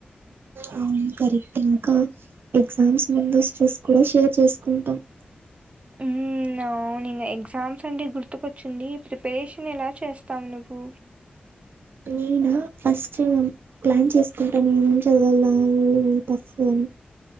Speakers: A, on the right; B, on the right.
A: అవును కరెక్ట్ ఇంకా ఎగ్జామ్స్ ముందు స్ట్రెస్ కూడా షేర్ చేసుకుంటాం. <inaudible>
B: హ్మ్.
A: <inaudible>
B: అవును ఇంగా ఎగ్జామ్స్ అంటే గుర్తుకొచ్చింది ప్రిపరేషన్ ఎలా చేస్తావు నువ్వు
A: నేనా ఫస్ట్ ప్లాన్ చేసుకుంటా నేను ఏం చదవల్లా ఏమేమి టఫ్ మ్మ్